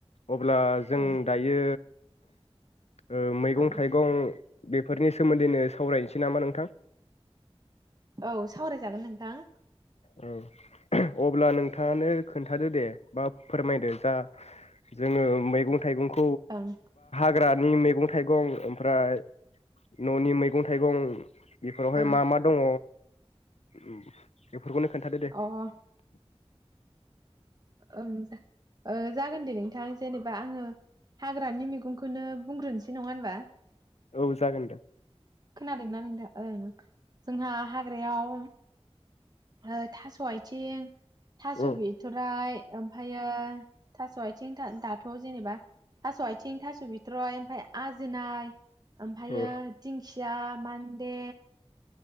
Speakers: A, on the left; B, on the right.
A: अब्ला जों
B: ओं
A: दायो ओ मैगं
B: ओं
A: थाइगं बेफोरनि सोमोन्दैनो सावरायनोसै नामा नोंथां?
B: औ सावरायजागोन नोंथां।
A: औ अब्ला नोंथाङानो खोन्थादो दे बा फोरमायदो जा जोङो मैगं थाइगंखौ
B: ओं
A: ग्रानि मैगं थाइगं ओमफ्राय न'नि मैगं थाइगं बेफोरावहाय
B: ओं
A: मा मा दङ? उम बेफोरखौनो खोन्थादो दे।
B: अ ओं ओ जागोन दे नोंथां जेनेबा आङो हाग्रानि मैगंखौनो बुंग्रोनोसै नङा होनबा?
A: औ जागोन दे।
B: खोनादोंना नोंथां ओं ओं जोंहा हाग्रायाव ओ थास' आइथिं थास'
A: उम
B: बिथ'राइ ओमफायो थास'आइथिं था दाथ'जेनेबा थास' आइथिं थास' बिथ्रय ओमफाय आजोनाय। ओमफायो
A: उम
B: दिं खिया मान्दे